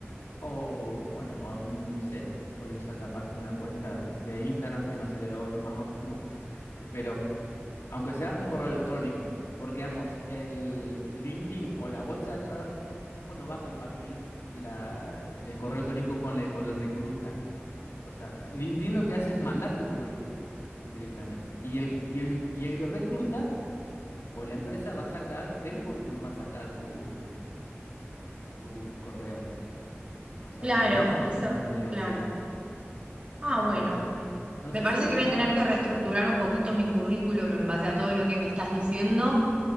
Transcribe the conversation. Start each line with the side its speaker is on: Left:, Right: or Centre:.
Left: o bueno, o algún, no sé, podés usar capaz una cuenta de Instagram, que no sería lo, lo más óptimo, pero aunque sea un correo electrónico, porque vamos, el LinkedIn o la bolsa de trabajo no va a compartir la, el correo electrónico con el, con el recluta. O sea, LinkedIn lo que hace es mandar tu currículum directamente. Y el, cu- y el, y el recluta o la empresa va a sacar, del currículum va a sacar tu, tu correo. O sea,
Right: Claro,
Left: por lo menos yo lo
Right: esa,
Left: tengo entendido
Right: claro.
Left: así.
Right: Ah,
Left: Eh,
Right: bueno,
Left: no
Right: me
Left: sé
Right: parece
Left: si
Right: que
Left: esto,
Right: voy a tener que reestructurar un poquito mi currículum en base a todo lo que me estás diciendo